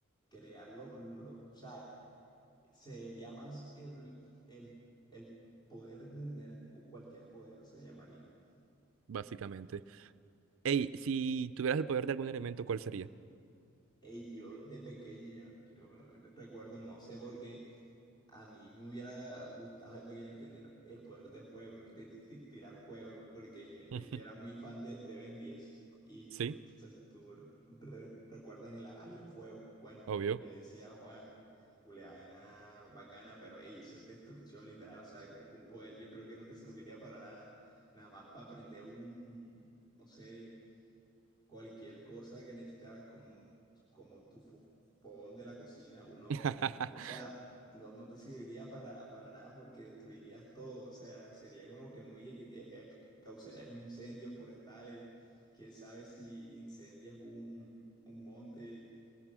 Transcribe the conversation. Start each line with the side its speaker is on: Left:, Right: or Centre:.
Left: crearlo, lo- o sea, Sería más el, el, el poder de tener cu- cualquier poder, se llamaría, ¿no?
Right: básicamente. Ey, si tuvieras el poder de algún elemento, ¿cuál sería?
Left: Ey, yo de pequeño, yo, yo re- recuerdo, no sé por qué, a mí me hubiera gustado de pequeño tener el poder de fuego, de ti- ti- tirar fuego, porque yo, yo,
Right: <laughs>
Left: yo era muy fan de, de Ben 10. Y
Right: Sí,
Left: tú, tú, se- tú re- recuerdas el Alien Fuego. Bueno,
Right: obvio.
Left: yo decía, Juan, culeaina bacana, pero ey, eso es destrucción literal, o sea, es un poder, yo creo que no te serviría para nada, nada más para aprender un, no sé cualquier cosa que necesitaba como, como tu fo- fogón de la cocina, un horno,
Right: <laughs>
Left: o sea, no, no te serviría para, para nada porque destruirías todo, o sea, sería como que muy, equi- eh, eh, causarías incendios forestales, quién sabe si incendias un, un monte,